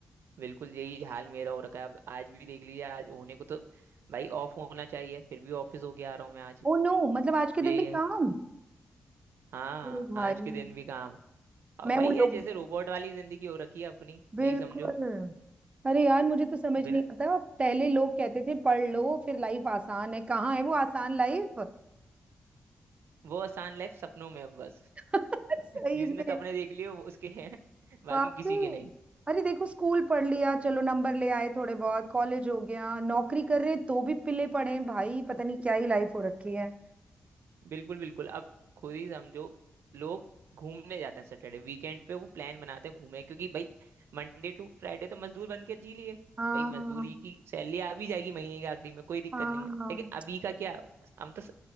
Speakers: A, on the right; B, on the right.
A: बिल्कुल यही हाल मेरा हो रखा है अब आज भी देख लीजिए आज होने को तो भाई ऑफ होना चाहिए फिर भी ऑफिस होके आ रहा हूँ मैं आज
B: ओ नो मतलब आज के
A: यही
B: दिन भी
A: है
B: काम
A: हाँ
B: ओ भाई
A: आज के दिन भी काम अब
B: मैं
A: वही
B: उन
A: है
B: लोग
A: जैसे रोबोट वाली जिंदगी हो रखी है अपनी
B: बिल्कुल
A: यही समझो
B: अरे यार मुझे तो समझ
A: बिना
B: नहीं आता पहले लोग कहते थे पढ़ लो फिर लाइफ आसान है कहाँ है वो आसान लाइफ
A: वो आसान लाइफ सपनों में है बस
B: <laughs> सही
A: जिसने
B: में
A: सपने देख लिए वो उसके हैं बाकी
B: वाकई
A: किसी के नहीं
B: अरे देखो स्कूल पढ़ लिया चलो नंबर ले आए थोड़े बहुत कॉलेज हो गया नौकरी कर रहे तो भी पिले पड़े हैं भाई पता नहीं क्या ही लाइफ हो रखी है
A: बिल्कुल बिल्कुल अब खुद ही समझो लोग घूमने जाते हैं सैटरडे वीकेंड पे वो प्लान बनाते हैं घूमे क्योंकि भाई मंडे टू फ्राइडे तो मजदूर बन के जी लिए
B: हाँ
A: भाई मजदूरी की सैलरी आ भी जाएगी महीने के आखिरी में कोई दिक्कत
B: हाँ
A: नहीं है लेकिन अभी का क्या हम तो स-